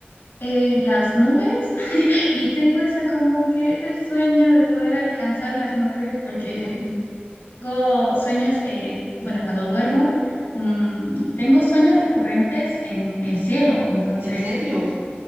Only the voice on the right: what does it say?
ujú.
¿En serio?